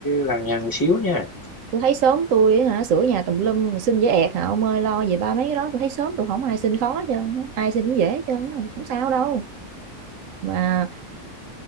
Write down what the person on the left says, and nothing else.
lằng nhằng xíu nha